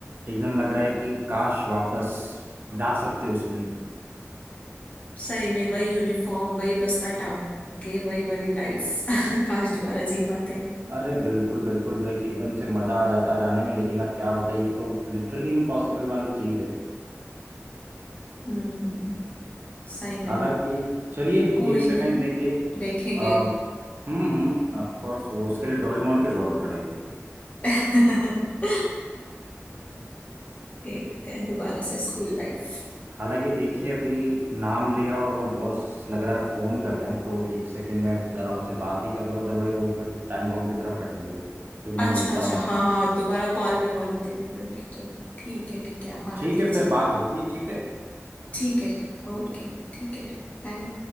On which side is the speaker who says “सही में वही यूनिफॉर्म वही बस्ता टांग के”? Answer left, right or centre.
Left